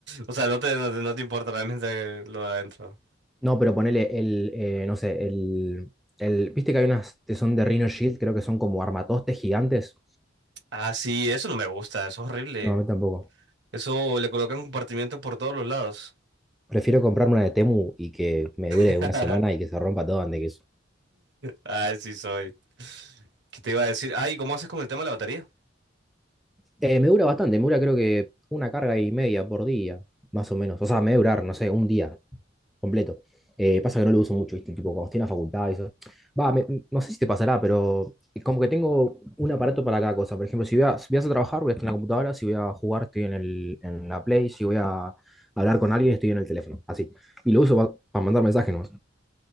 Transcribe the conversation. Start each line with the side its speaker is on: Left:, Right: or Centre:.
Right: O sea, no te, no te, no te importa realmente lo de adentro.
Centre: No, pero ponele el, eh, no sé, el, el, viste que hay unas que son de Rhino Shield, creo que son como armatostes gigantes.
Right: Ah, sí, eso no me gusta, eso es horrible.
Centre: No, a mí tampoco.
Right: Eso le colocan compartimientos por todos los lados.
Centre: Prefiero comprarme una de Temu y que me dure
Right: <laughs>
Centre: una semana y que se rompa todo antes que eso.
Right: Ah, sí soy. ¿Qué te iba a decir? Ay, ¿cómo haces con el tema de la batería?
Centre: Eh, me dura bastante, me dura creo que una carga y media por día, más o menos. O sea, me debe durar, no sé, un día completo. Eh, pasa que no lo uso mucho, ¿viste? Tipo, cuando estoy en la facultad y eso. Va, me- no sé si te pasará, pero como que tengo un aparato para cada cosa. Por ejemplo, si voy a, si voy a hacer trabajar, voy a estar en la computadora. Si voy a jugar, estoy en el, en la Play. Si voy a hablar con alguien, estoy en el teléfono. Así. Y lo uso para mandar mensajes nomás.